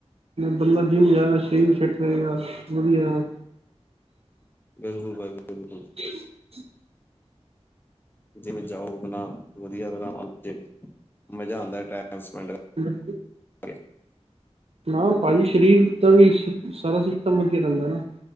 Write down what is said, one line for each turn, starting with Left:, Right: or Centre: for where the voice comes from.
Right: ਬੰਦਾ ਜਿਮ ਜਾਏਗਾ ਸ਼ਰੀਰ ਫਿਟ ਰਹੇਗਾ ਵਧੀਆ।
Left: ਬਿਲਕੁਲ ਭਾਈ ਬਿਲਕੁਲ।
Right: ਹ <unintelligible>
Left: ਜਿਵੇਂ ਜਾਓ, ਆਪਣਾ ਵਧੀਆ ਤਰ੍ਹਾਂ ਨਾਲ ਮਜ਼ਾ ਆਉਂਦਾ ਟਾਈਮ ਸਪੈਂਡ।
Right: ਹਮ।
Left: ਕਰਕੇ
Right: ਹਾਂ ਭਾਜੀ ਸਰੀਰ ਦਾ ਵੀ ਸਾਰਾ ਸਿਸਟਮ ਵਧੀਆ ਰਹਿੰਦਾ ਨਾ।